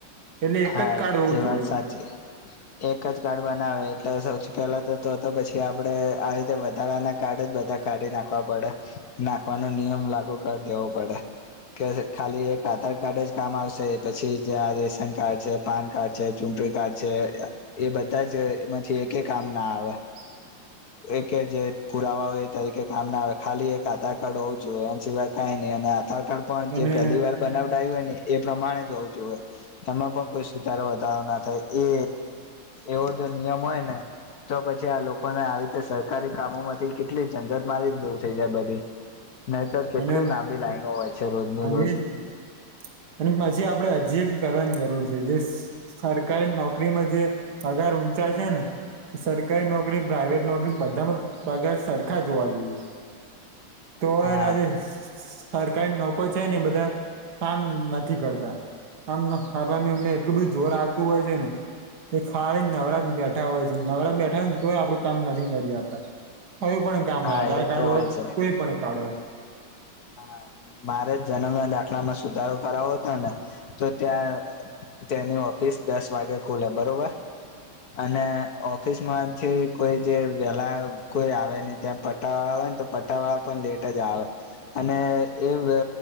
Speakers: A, on the right (about 50°); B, on the left (about 50°).
A: એટલે એક
B: હા
A: જ કાર્ડ હોવું
B: એ
A: જોઈએ
B: વાત સાચી એક જ કાર્ડ બનાવે એટલે સૌથી પેલા તો તો તો પછી આપડે આ રીતે વધારાના કાડ જ બધા કાઢી નાખવા પડે. નાખવાનો નિયમ લાગુ કરી દેવો પડે. કે ખાલી એક આધાર કાર્ડ જ કામ આવશે પછી જે આ રેસ કાર્ડ છે, પાન કાર્ડ છે, ચૂટણી કાર્ડ છે એ બધા જમાંથી એકે કામ ના આવે.
A: <inaudible>
B: એકે જે પુરાવા હોય તે એકે કામ ના આવે ખાલી એક આધારકાર્ડ હોવું જોઈએ. જે બતાવી ને એમાં પણ
A: અને
B: જે પહેલી વાર બનાવડાવ્યું હોય ને એ પ્રમાણે જ હોવું જોઈએ. એમાં પણ કોઈ સુધારો વધારો ના થાય એ એવો જો નિયમ હોય ને તો પછી આ લોકોને આવી રીતે સરકારી કામો માંથી કેટલી ઝંઝટ માથી દૂર થઈ જાય બધી. નહી તો કેટલી
A: અને
B: લાંબી લાાઈનો હોય છે રોજની
A: હા
B: રોજ.
A: એ જ ને અને પછી આપણે હજી એક કરવાની જરૂર છે. જે સરકારી નોકરીમાં જે પગાર ઊંચા છે ને સરકારી નોકરી, પ્રાાઈવેટ નોકરી બધામાં પગાર સરખા જોવા જોઈએ. તો
B: હા
A: એને આજે સર સરકારી નોકરી લોકો છે ને બધા કામ નથી કરતા. આમ હરામીઓને એમને એટલું બધ જોર આવતું હોય છે ને. એ ખાય નવરા બેઠા હોય છે નવરા બેઠા હોય તોય આપણું કામ નથી કરી આપતા. એયું પણ કામ હોય
B: હા
A: આધાર
B: એ
A: કાર્ડ
B: તો
A: હોય
B: છે
A: કોઈ પણ કાર્ડ હોય એમ.
B: હા મારે જ જન્મના દાખલામાં સુધારો કરાવો હતો ને તો ત્યાં તેની ઓફિસ દસ વાગે ખુલે બરોબર? અને ઓફિસ માંથી કોઈ જે વેલા કોઈ આવે ની ત્યાં પટાવાળ પણ તો પટ્ટાવાળ પણ લેટ જ આવે. અને એ હવે